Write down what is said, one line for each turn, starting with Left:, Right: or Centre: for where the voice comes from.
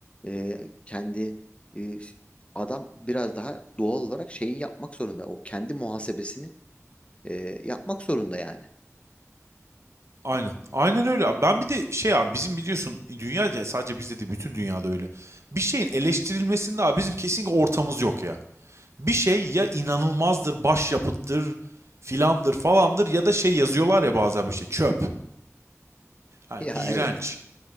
Left: E, kendi e, adam biraz daha doğal olarak şeyi yapmak zorunda. O kendi muhasebesini ee, yapmak zorunda yani.
Right: Aynen. Aynen
Left: <laughs>
Right: öyle. abi. Ben bir de şey abi bizim biliyorsun dünya ya sadece bizde değil bütün dünyada öyle. Bir şeyin eleştirilmesinde abi bizim kesinlikle ortamız yok ya. bir şey ya inanılmazdır, başyapıttır, filandır falandır ya da şey yazıyorlar ya bazen işte çöp. Yani
Left: Ya
Right: iğrenç.
Left: evet.